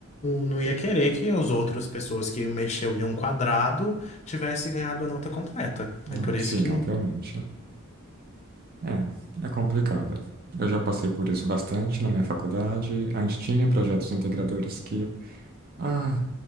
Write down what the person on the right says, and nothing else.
Hum,
sim,
obviamente. É, é complicado. Eu já passei por isso bastante na minha faculdade. A gente tinha projetos integradores que, ah,